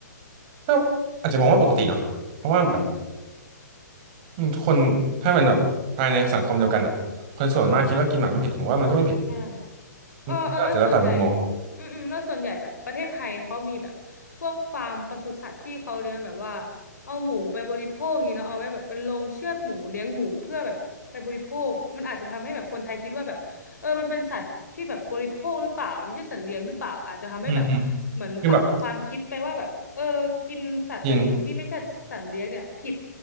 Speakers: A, on the right (about 30°); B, on the left (about 65°).
A: ก็อาจจะมองว่าปกติเนาะเพราะว่าแบบ
B: อืม
A: อืมทุกคนถ้ามันแบบภายในสังคมเดียวกันอ่ะคนส่วนมากคิดว่ากินหมาไม่ผิดผมว่ามันก็ไม่ผิด
B: ใช่ เออเออแล้วส่วนใหญ่
A: อืมก็อาจจะแล้วแต่มุมมอง
B: อืมอืมแล้วส่วนใหญ่แบบประเทศไทยเขามีแบบพวกฟาร์มปศุสัตว์ที่เขาเลี้ยงแบบว่าเอาหมูไปบริโภคอย่างนี้เนาะเอาไว้แบบเป็นโรงเชือดหมูเลี้ยงหมูเพื่อแบบไปบริโภคมันอาจจะทำให้แบบคนไทยคิดว่าแบบเออมันเป็นสัตว์ที่แบบบริโภคหรือเปล่าไม่ใช่สัตว์เลี้ยงหรือเปล่าอาจจะทำให้แบบเหมือนฝังความคิดไปว่าแบบเออกินสัตว์อย่างอื่นที่ไม่ใช่สัตว์เลี้ยงเนี่ยผิด
A: อืมอืมคือแบบจริง